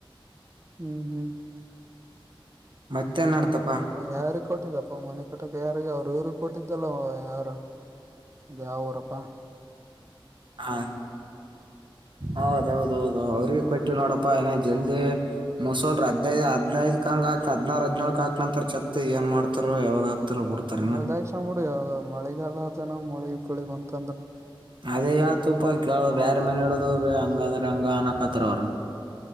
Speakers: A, on the right; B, on the right.
A: ಹ್ಮ್ ಹ್ಮ್
B: ಮತ್ತೇನ್ ನಡ್ದಪ್ಪಾ
A: ಯಾರ ಕೊಟ್ಟಿದಪ್ಪ ಮನೆ ಕಟ್ಟಕ ಯಾರಿಗೆ ಅವ್ರು ಇವ್ರ ಕೊಟ್ಟಿದ್ದಲ್ಲ ಯಾರು ಅದ ಯಾವ ರಪ್ಪ
B: ಹಾ ಹೌದೌದೌದ ಅವ್ರಿಗೆ ಕೊಟ್ಟು ನೋಡಪ್ಪಾ ಏನ ಜಲ್ದಿ ಮಸಲ್ ಹದ್ದು ಹದ್ನೈದ ಕ ಹಂಗಗೆ ಹಾಕ್ ಹದ್ರು ಹದ್ನಾಕ ಹಾಕಕ್ ನಂತರ ಚತ್ ಏನ್ ಮಾಡ್ತಾರೆ ಯಾವಾಗ ಹಾಕ್ತಾರೋ ಬಿಡ್ತಾರ ಇನ್ನ
A: ಎದಾಕ್ಷ ಬಿಡಿ ಮಳಿಗಲ್ಲ ಅದನ ಮಳಗ್ ಬೆಳಿವವ ಅಂತಂದ್ರ
B: ಅದೇ ಯಾವತಪ್ಪ ಕೆಲ ಬೇರೆ ಮನ ಹೇಳಡೋದವ್ರಿ ಹಂಗಂದ್ರ ಹಂಗ ಅನಕತ್ತಾರ ಅವ್ರ